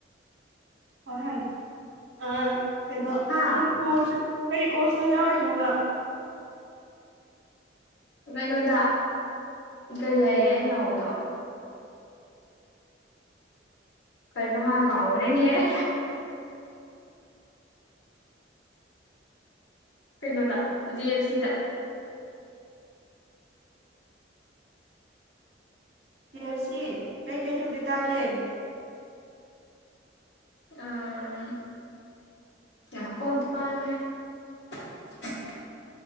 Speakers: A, on the right (about 65°); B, on the left (about 65°).
A: ꯍ ꯍꯥꯏꯦ ꯑ ꯀꯩꯅꯣ
B: ꯍꯥ
A: ꯅꯪ ꯀꯩ ꯀꯣꯔꯁꯇ ꯌꯥꯎꯔꯤꯅꯣꯕ
B: ꯀꯩꯅꯣꯗ ꯀꯔꯤ ꯍꯥꯏꯌꯦ ꯑꯩꯅ ꯌꯥꯎꯕꯗꯣ ꯀꯅ ꯃꯥ ꯀꯥꯎꯒꯅꯤꯅꯤ ꯍꯥꯏ ꯀꯩꯅꯣꯗ ꯖꯤ ꯑꯦꯞ ꯁꯤꯗ
A: ꯁꯤꯞ ꯁꯤ ꯀꯩꯀꯩ ꯊꯥꯗꯩ ꯇꯥꯛꯀꯦ
B: ꯑꯝ ꯑ ꯀꯨꯟꯠꯇ ꯄꯥꯣ ꯍꯥꯏꯌꯦ <unintelligible>